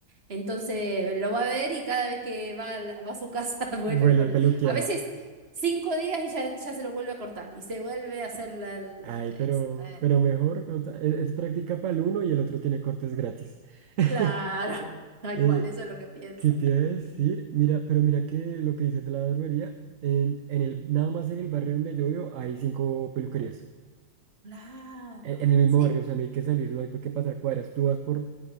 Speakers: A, on the right; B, on the right.
A: Entonces lo va a ver y cada vez que va, al- va a su casa <laughs> vuelve
B: vuelve
A: con...
B: peluqueado.
A: el- A veces cinco días y ya, ya se lo vuelve a cortar y se vuelve a hacer la... el-
B: Ay,
A: es-
B: pero,
A: eh,
B: pero mejor, o sea, es, es práctica para el uno y el otro tiene cortes gratis. <laughs>
A: claro, <laughs> tal
B: Eh,
A: cual, eso es lo que piensa.
B: ¿Qué te iba a decir? Mira, pero mira que lo que dices de la barbería, en, en el, nada más en el barrio donde yo vivo hay cinco peluquerías.
A: Claro,
B: En, en el mismo
A: sí,
B: barrio, o sea, no hay que salir, no hay pa- que pasar cuadras. Tú vas por,